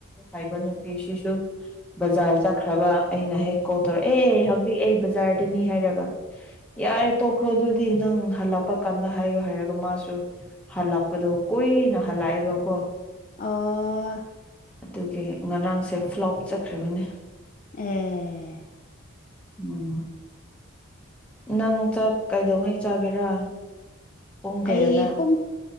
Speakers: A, in the centre; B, on the left (about 40°).
A: ꯈꯥꯏꯕ ꯅꯨꯄꯤꯁꯤꯁꯨ ꯕꯖꯥꯔ ꯆꯠꯈ꯭ꯔꯕ ꯑꯩꯅ ꯍꯦꯛ ꯀꯣꯜ ꯇꯧꯔ ꯑꯦ ꯍꯧꯖꯤꯛ ꯑꯩ ꯖꯥꯔꯗꯅꯤ ꯍꯥꯏꯔꯒ ꯌꯥꯔꯦ ꯇꯣꯛꯈ꯭ꯔꯣ ꯑꯗꯨꯗꯤ ꯅꯪ ꯍꯜꯂꯛꯄ ꯀꯥꯟꯗ ꯍꯥꯏꯌꯨ ꯍꯥꯏꯔꯒ ꯃꯥꯁꯨ ꯍꯜꯂꯛꯄꯗꯣ ꯀꯨꯏꯅ ꯐꯂꯕ ꯀꯣ
B: ꯑꯣ
A: ꯑꯗꯨꯒꯤ ꯉꯔꯥꯡꯁꯦ ꯐ꯭ꯂꯣꯞ ꯆꯠꯈ꯭ꯔꯕꯅꯤ
B: ꯑꯦ
A: ꯎꯝ ꯅꯪꯥꯛ ꯀꯩꯗꯧꯉꯩ ꯆꯥꯒꯦꯔꯥ ꯄꯨꯡ ꯀꯌꯥꯗ
B: ꯑꯩ ꯄꯨꯡ